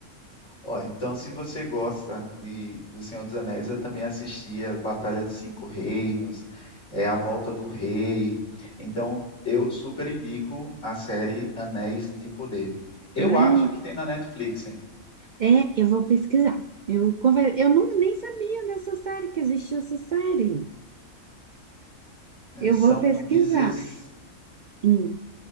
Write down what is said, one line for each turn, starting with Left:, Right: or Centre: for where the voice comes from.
Left: Ó, então, se você gosta de do Senhor dos Anéis, eu também assisti a Batalha dos Cinco Reinos, é, A Volta do Rei. Então, eu super indico a série Anéis de Poder. Eu
Right: Ai,
Left: acho que tem na Netflix. hein?
Right: é, eu vou pesquisar. Eu, conver... eu não, nem sabia dessa série, que existia essa série.
Left: É,
Right: Eu
Left: são,
Right: vou pesquisar.
Left: 16
Right: Hum.